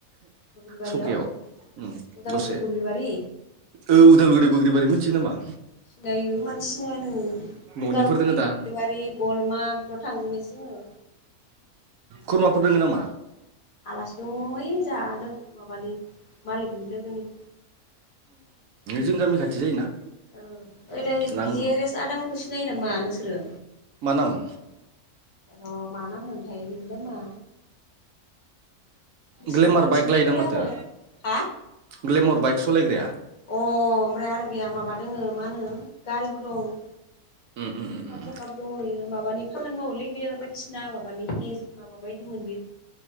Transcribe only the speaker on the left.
बोग्रिबारियाव
उदालगुरि
बोग्रिबारि
दायो मानसिनायानो।
उदालगुरि
बुब्रिबारि गलमा बेफोराव थांजोबनोसै जोङो
आलासि दं ओ जा माबानि मालिकनि लोगोनि
औ ओइलाय
जि आर एस आदामोनखौ सिनायो नामा नोंसोरो?
र' माना मोनथायायो बेनि नामा? बिसोरबो
नोंसोर
बायदिनो
आरो हा
अ अ ओमफ्राय आरो बेहा माबा दोङ मा होनो गारिबो दं।
हार
थाखाबो
दंहैयो माबानि खामानि मावोलै बेयो बायदिसिना माबानि ए माबा बायदिमोन बेयो।